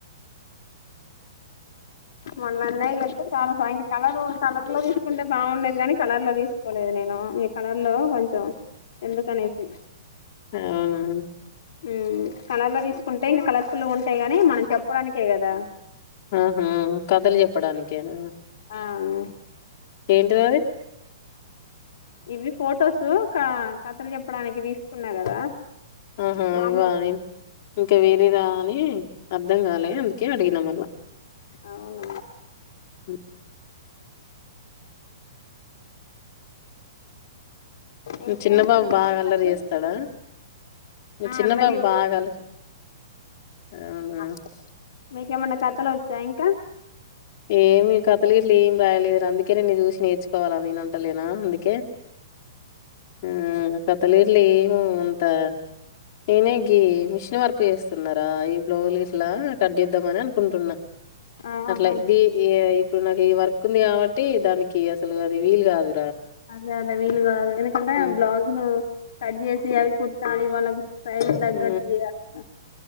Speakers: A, on the left; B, on the left.
A: <inaudible>
B: మళ్ళీ అన్నయ్య కళ్తే చాలా సాయం కలరు కలర్ లో తీసుకుంటే బాగుండేది కానీ కలర్లో తీసుకోలేదు నేను. ఈ కలర్లో కొంచెం ఎందుకనేసి
A: అవునా
B: మ్మ్ కలర్లో తీసుకుంటే ఇంక కలర్ఫుల్గా ఉంటాయి అని మనం చెప్పడానికే కదా
A: ఆహా కథలు చెప్పడానికేనా
B: అవును.
A: ఏంటివవి.
B: ఇవి ఫొటోసు కా కథలు చెప్పడానికి తీసుకున్నా కదా
A: ఆహా
B: మామూలు
A: అది గానీ ఇంకా వేరేదా అని అర్ధం గాలే అందుకే అడిగినా మళ్ళా
B: అవునా
A: <inaudible> మీ
B: ఇంకేంటి
A: చిన్న బాబు
B: మీకేమైనా
A: బాగా అల్లరి
B: కథలు
A: చేస్తడా
B: వచ్చా
A: మీ చిన్న
B: అల్లరి
A: బాబు బాగా అల్లరి అవునా?
B: ఆ మీకేమన్నా కథలు వచ్చా ఇంకా
A: ఏమి కథలు గిట్ల ఏం రాయలేదురా అందుకే నిన్ను చూసి నేర్చుకోవాలా నేను అంటలేనా అందు కే ఉమ్ కథలు గిట్ల ఏం అంత నేనేగీ మిషన్ వర్ క్ చేస్తున్నారా ఈ బ్లౌజ్లు ఇట్లా కట్ చేద్దామని అనుకుంటున్నా
B: ఆహా
A: ఇట్ల దీ ఇప్పుడు నాకు ఈ వర్క్ ఉంది గాబట్టి దానికి అసలు అది వీలు గాదు
B: అదే అదే వీలు గాదు ఎందుకంటే
A: ఆ
B: బ్లాజ్లు కట్ చేసి అవి కుట్టాలి వాళ్ళకు ప్రైస్కు దగ్గట్టు
A: ఆ,
B: జేయాలి గదా